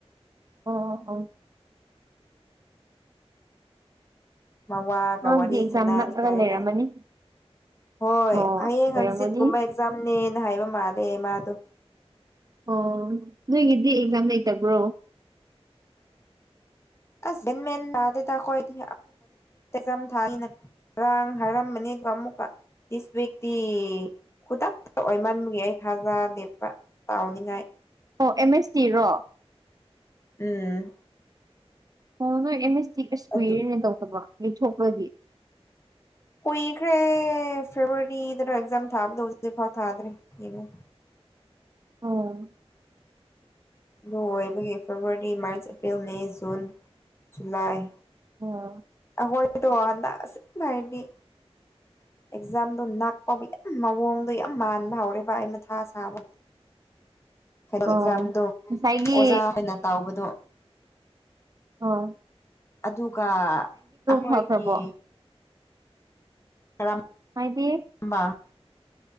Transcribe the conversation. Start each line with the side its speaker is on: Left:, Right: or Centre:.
Right: ꯑꯣ ꯑꯣ
Left: ꯃꯋꯥꯒ
Right: ꯃꯥꯒꯤꯗꯤ
Left: ꯋꯥꯔꯤ
Right: ꯑꯦꯛꯖꯥꯝ
Left: ꯁꯅꯅꯤꯡꯉꯥꯏꯔ
Right: ꯅꯛꯂꯒ ꯂꯩꯔꯝꯃꯅꯤ
Left: ꯍꯣꯏ
Right: ꯑꯣ
Left: ꯍꯌꯦꯡ
Right: ꯑꯣꯏꯔꯝꯒꯅꯤ
Left: ꯍꯪꯆꯤꯠꯀꯨꯝꯕ ꯑꯦꯛꯖꯥꯝꯅꯦꯅ ꯍꯥꯏꯕ ꯃꯥꯜꯂꯦ ꯃꯥꯗꯣ
Right: ꯑꯣ ꯅꯣꯏꯒꯤꯗꯤ ꯑꯦꯛꯖꯥꯝ ꯂꯩꯇꯕ꯭ꯔꯣ
Left: ꯑꯁ ꯒ꯭ꯌꯥꯟ ꯃꯦꯟ ꯇꯥꯗꯦꯗ ꯑꯈꫭꯏꯗꯤ <unintelligible> ꯔꯥꯡ ꯍꯥꯏꯔꯝꯕꯅꯤꯕ ꯑꯃꯨꯛꯀ ꯗꯤꯁ ꯋꯤꯛꯇꯤ ꯈꯨꯗꯛꯇ ꯑꯣꯏꯃꯟꯒ ꯑꯩ ꯊꯥꯖꯗꯦꯕ ꯇꯥꯎꯅꯤꯡꯉꯥꯏ
Right: ꯑꯣ ꯑꯦꯝ ꯑꯦꯁ ꯇꯤꯔꯣ
Left: ꯎꯝ
Right: ꯑꯣ ꯅꯣꯏ ꯑꯦꯝ ꯑꯦꯁ ꯇꯤ ꯑꯁ ꯀꯨꯏꯔꯦꯅꯦ
Left: ꯑꯗꯨ
Right: ꯇꯧꯗꯕ ꯌꯩꯊꯣꯛꯄꯒꯤ
Left: ꯀꯨꯏꯈ꯭ꯔꯦ ꯐꯦꯕ꯭ꯔꯋꯥꯔꯤꯗꯔ ꯑꯦꯛꯖꯥꯝ ꯊꯥꯕꯗꯣ ꯍꯧꯖꯤꯛꯐꯥꯎ ꯊꯥꯗ꯭ꯔꯦ ꯌꯦꯡꯉꯣ
Right: ꯑꯣ
Left: ꯂꯣꯏꯕꯒꯤ February March April May June July
Right: ꯑꯣ
Left: ꯑꯍꯣꯏꯗꯣ ꯑꯥꯟꯗ ꯑꯁ ꯁ‌ꯦꯡꯕ ꯍꯥꯏꯕꯤꯒ‌ꯦ ꯑꯦꯛꯖꯥꯝꯗꯣ ꯅꯥꯛꯄꯕꯨ ꯌꯥꯝ ꯃꯑꯣꯡꯗꯣ ꯌꯥꯝ ꯃꯥꯟꯕ ꯍꯧꯔꯦꯕ ꯑꯩ ꯃꯊꯥ ꯁꯥꯕ ꯐꯥꯏꯅꯦꯜ
Right: ꯑꯣ
Left: ꯑꯦꯛꯖꯥꯝꯗꯣ
Right: ꯉꯁꯥꯏꯒꯤ
Left: ꯑꯣꯖꯥ ꯍ‌ꯣꯏꯅ ꯇꯧꯕꯗꯣ
Right: ꯑꫭ
Left: ꯑꯗꯨꯒ ꯑꯩꯈꯣꯏꯒꯤ
Right: ꯐꯈ꯭ꯔꯕꯣ
Left: <unintelligible>
Right: ꯍꯥꯏꯗꯤ
Left: <unintelligible>